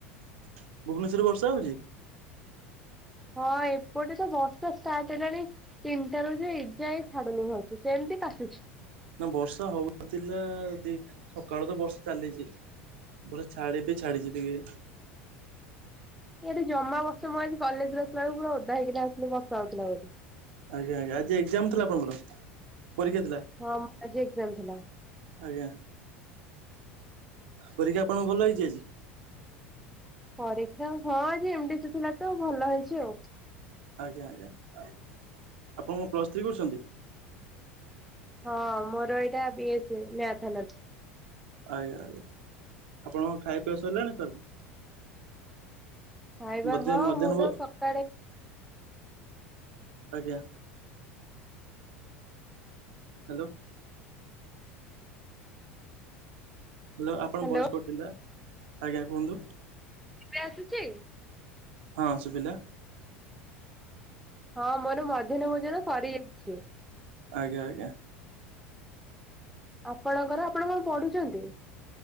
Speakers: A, on the right (about 60°); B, in the centre.
A: ଭୁବନେଶ୍ଵରରେ ବର୍ଷା ହଉଛି?
B: ହଁ ଏପଟେ ତ ବର୍ଷା ଷ୍ଟାର୍ଟ ହେଲାଣି? ତିନିଟାରୁ ଯେ ଏଯାଏ ଛାଡୁନି ସେମିତି କାଚୁଛି
A: ନା ବର୍ଷା ହଉଥିଲା ଦି ସକାଳୁ ତ ବର୍ଷା ଚାଲିଚି। ପୁରା ଛାଡିନି ଛାଡିଚି ଟିକେ।
B: ଇଆଡ଼େ ଜମା ବର୍ଷା ମୁଁ ଆଜି କଲେଜରୁ ଆସିଲା ବେଳକୁ ପୁରା ଓଦା ହେଇକି ଆସିଲି ବର୍ଷା ହଉଥିଲା ବୋଲି।
A: ଆଜ୍ଞା, ଆଜ୍ଞା, ଆଜି ଏକ୍ଜାମ ଥିଲା ଆପଣଙ୍କର ପରୀକ୍ଷା ଥିଲା?
B: ହଁ ମୋର ଆଜି ଏକ୍ଜାମ ଥିଲା।
A: ଆଜ୍ଞା, ପରୀକ୍ଷା ଆପଣଙ୍କ ଭଲ ହେଇଚି ଆଜି?
B: ପରୀକ୍ଷା ହଁ ଆଜି ଏମ୍ ଡିସି ଥିଲା ତ ଭଲ ହେଇଛି ଆଉ।
A: ଆଜ୍ଞା, ଆଜ୍ଞା, ଆପଣ କଣ ପ୍ଲସ୍ ଥ୍ରୀ କରୁଛନ୍ତି?
B: ହଁ ମୋର ଏଇଟା B S A math honours.
A: ଆଜ୍ଞା, ଆଜ୍ଞା, ଆପଣଙ୍କ ଖାଇବା ପିଆ ସରିଲାଣି ସାର୍?
B: ଖାଇବା
A: ମଧ୍ୟା
B: ହଁ
A: ମଧ୍ୟାହ୍ନ
B: ମୁଁ
A: ଭୋ
B: ତ ସକାଳେ
A: ଆଜ୍ଞା। ହାଲୋ। ହାଲୋ ଆପଣ
B: ହ୍ୟାଲୋ
A: ଭଏସ କଟିଲା, ଆଜ୍ଞା କୁହନ୍ତୁ?
B: ଏବେ ଆସୁଚି।
A: ହଁ ସୁୁଭିଲା।
B: ହଁ ମୋର ମଧ୍ୟାହ୍ନ ଭୋଜନ ସରିଯାଇଛି।
A: ଆଜ୍ଞା, ଆଜ୍ଞା।
B: ଆପଣଙ୍କର ଆପଣ କଣ ପଢୁଛନ୍ତି?